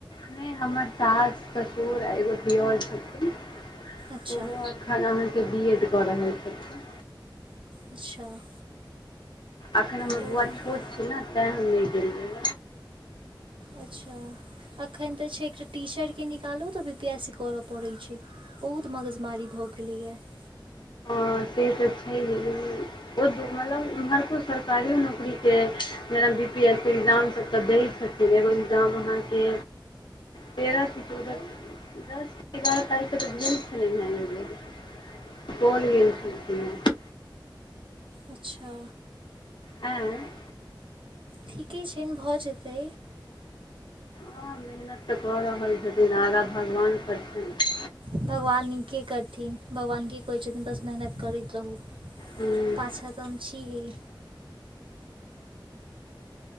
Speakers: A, on the left; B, on the right.
A: नहि हमर सास ससुर आ एगो दियर छथिन <unintelligible>
B: अच्छा
A: ओहो अखन अहाँके बी एड कऽ रहल छथिन।
B: अच्छा। <unintelligible>
A: अखन हमर
B: बहुत
A: बौआ
B: नीक
A: छोट छै ने तैं हम नहि गेलियै।
B: अच्छा एखन तऽ छै एकटा टीचर के निकालू तऽ बी पी एस सी करऽ पड़ैत छै। बहुत मगजमारी भऽ गेलैए। <unintelligible>
A: हँ से तऽ छैहे लेकिन <unintelligible> ओ मतलब हर कोइ सरकारियो नौकरीके जेना बी पी एस सी एक्जामसभके दैत छथिन। एगो एग्जाम अहाँके। तेरह से चौदह दस एगारह तारीख के तऽ भेल छलै न ऐ बेर। <unintelligible> सुपौल गेल छलखिन हें।
B: अच्छा
A: एँ। <unintelligible>
B: ठीके छनि भऽ जेतै।
A: हँ मेहनत तऽ कऽ रहल छथिन आगा भगवान करथिन। <unintelligible>
B: भगवान नीके करथिन भगवान की कहैत छथिन बस मेहनत करैत रहू।
A: हुँ
B: पाछा तऽ हम छी ही।